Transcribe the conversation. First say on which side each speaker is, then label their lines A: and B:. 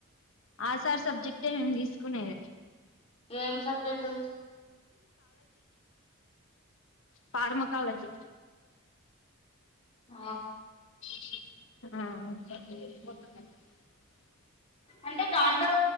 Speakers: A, on the left; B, on the left.
A: ఆ సార్ సబ్జెక్టే మేము తీసుకునేది
B: ఏం సబ్జెక్టు
A: ఫార్మా కాలేజి
B: ఆ
A: ఆ
B: అంటే దాంట్లో